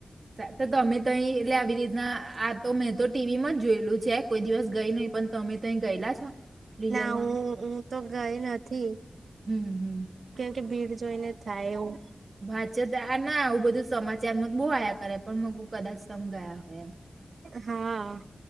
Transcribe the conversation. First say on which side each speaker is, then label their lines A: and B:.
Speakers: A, on the right; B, on the right.
A: તો તમે તઈ એટલે આવી રીતના આ તો મેં તો ટીવી માં જ જોયેલું છે કોઈ દિવસ ગઈ નહીં પણ તમે તય ગયેલા છો. રિયલમાં
B: ના હું હું તો ગઈ નથી.
A: હમ હમ
B: કે ભીડ જોઈને થાય એવું
A: વાચત આ ના આવું બધું સમાચારમાં જ બહુ આયા કરે પણ મગ હું કદાચ તમ ગયા હોય એમ
B: હા.